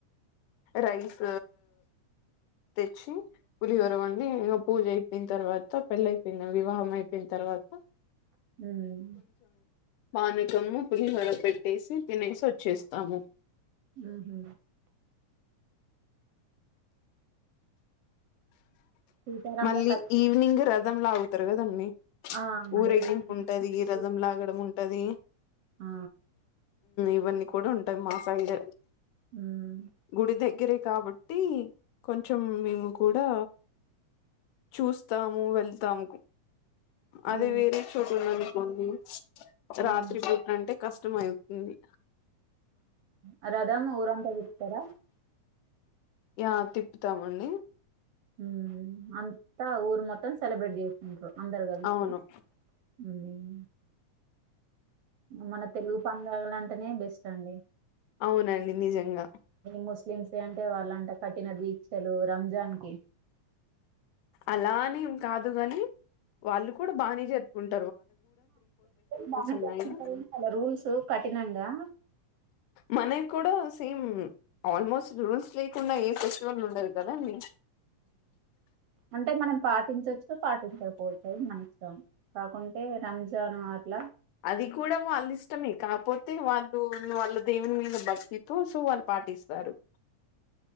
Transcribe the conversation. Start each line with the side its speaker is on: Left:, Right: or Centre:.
Left: రైస్ తెచ్చి పులియర వండి పూజ అయిపోయిన తర్వాత పెళ్ళ అయిపోయిన వివాహం అయిపోయిన తర్వాత
Right: హమ్
Left: పానుకమ్ము పులిహోరా పెట్టేసి తినేసి వచ్చేస్తాము
Right: ఆహ సీతారాముల
Left: మళ్ళీ
Right: కళ్యాణం
Left: ఈవినింగ్ రథంలావుతుంది తరుగదంీ
Right: ఆ
Left: ఊరె్గింపు
Right: ఈ
Left: ఉంటది రథం
Right: ఈ
Left: లాగడం ఉంటది
Right: ఆ
Left: ఇవన్నీ కూడా ఉంటాయి మా సైడ్
Right: ఉమ్
Left: గుడిద దగ్గరే కాబట్టి కొంచెం మేము కూడా చూస్తాము వెళ్తాముకు అదే
Right: ఉమ్
Left: వేరే చూటున్నాను అీ <unintelligible>
Right: ఉమ్
Left: రాత్రి పూటంటే కష్టం అవుతుంది
Right: ఆ రథం ఊర అంతా తిప్పుతారా
Left: ఆ తిప్పుతామండి
Right: ఉ అంతాఊ ఇడు మొత్తం సెలబ్రేట్ చేస్తుకుంటారు అందరు కలిస్తే
Left: అవును
Right: హ్మ్మ్ మన తెలుగు పండుగ అంటిే అనే బెస్ట్ అండి
Left: అవునండి నిజంగా
Right: ఈ ముస్లిమ్స్ అంటే వాళ్ళంట కఠన దీక్షలు రంజాన్ కి
Left: అలానేం కాదు కాగాని వాళ్ళు కూడా బానే చెప్పుకుంటారు
Right: బాగా
Left: ఉన్నాయి
Right: చెంట అాల రూల్స్ కఠినంగా
Left: మనకి కూడా సేమ్ ఆల్మోస్ట్ రూల్స్ లేకుండా ఏ ఫెస్టివల్ ఉండదు కదండి
Right: అంటే మనం పాటించవచ్చు పాటించకపోచ్చది మనం కాకుంటే రంజాన్ అట్ల
Left: అది కూడా వాళ్ళ ఇష్టమే కాకపోతే వాళ్ళు వాళ్ళ దేవుని మీద భక్తితో సో వాళ్ళు పాటిస్తారు